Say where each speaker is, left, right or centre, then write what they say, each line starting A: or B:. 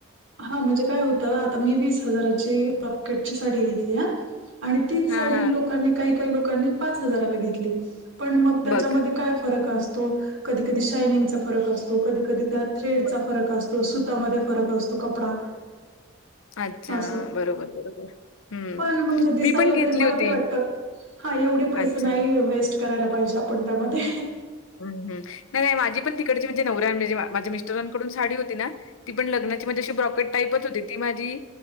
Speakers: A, on the right (about 65°); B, on the left (about 75°).
A: हा म्हणजे काय होतं आता मी वीस हजाराची रॉकेटची साडी घेतली ह आणि तीच
B: हा
A: साडी
B: हा
A: लोकांनी काही काही लोकांनी पाच हजाराला घेतली पण मग त्याच्यामध्ये
B: बघ
A: काय फरक असतो कधी कधी शायनिंगचा फरक असतो कधी कधी त्यात थ्रेडचा
B: बघ
A: फरक असतो सुतामध्ये फरक असतो कपडा
B: अच्छा
A: असं.
B: बरोबर बरोबर हं.
A: पण म्हणजे दिसायला
B: मी पण घेतली
A: तरी मला
B: होती.
A: तरी वाटत हा एवढे पैसे
B: अच्छा.
A: नाही वेस्ट करायला पाहिजे आपण त्यामध्ये
B: हम् हम नाही नाही माझी पण तिकडची म्हणजे नवऱ्यान म्हणजे माझ्या मिस्टरांकडून साडी होती ना ती पण लग्नाची माज अशी ब्रॉकेट टाईपच होती ती माझी